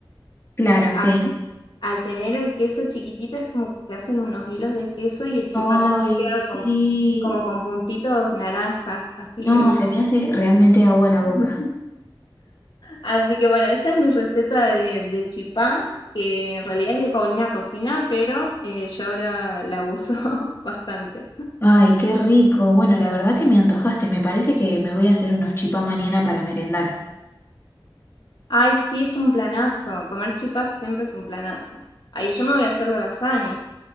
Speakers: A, on the left (about 30°); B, on the left (about 60°).
A: Claro,
B: al,
A: sí.
B: al tener el queso chiquitito es como que se hacen unos hilos de queso y el chipá
A: Ay,
B: también queda
A: sí.
B: con- como con puntitos naranjas, así
A: No,
B: hermoso.
A: se me hace realmente agua a la
B: <laughs>
A: boca.
B: Así que bueno, esa es mi receta de, de chipá, que en realidad es de Paulina Cocina, pero eh, yo la, la uso <laughs> bastante.
A: Ay, qué rico. Bueno, la verdad que me antojaste. Me parece que me voy a hacer unos chipas mañana para merendar.
B: Ay, sí, es un planazo. Comer chipá siempre es un planazo. Ahí yo me voy a hacer la lasaña.